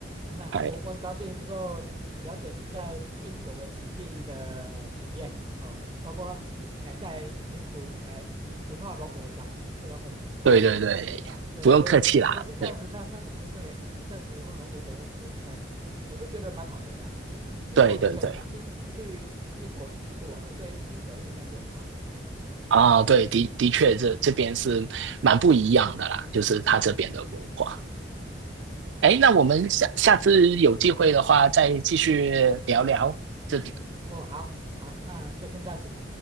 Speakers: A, on the right (about 30°); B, on the right (about 85°).
A: 那我我很高兴能够了解您在英国的实际的体验哦，
B: 哎，
A: 包括哎、在民族哎、文化融合上这方面，我
B: 对对对，
A: 对，
B: 不用客气啦，
A: 如果如果是这样子，
B: 对
A: 那那呃，对，嗯这样子的话，我我我，哎，我我是觉得蛮好的啦，嗯，因为我之前也曾经去英国旅游过了我对英国的印象是很好，
B: 对对对。
A: 嗯，
B: 啊，对，的的确这，这边是蛮不一样的啦，就是他这边的文化。
A: 对，嗯，
B: 哎，那我们下下次有机会的话，再继续聊聊这。
A: 哦，好，好，那就先这样子，